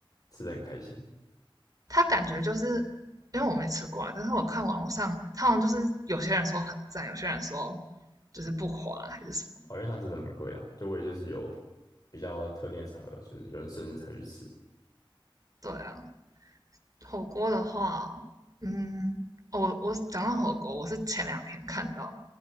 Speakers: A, on the left (about 45°); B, on the right (about 40°).
A: 吃的很开心。
B: 它感觉就是因为我没吃过啊，但是我看网络上，它好像就是有些人说很赞，有些人说就是不滑还是什么。
A: 哦，因为它真的蛮贵的啊，就我也就是有比较特定的场合，就是有人生日才会去吃。
B: 对啊，火锅的话哦嗯，哦我我讲到火锅，我是前两天看到，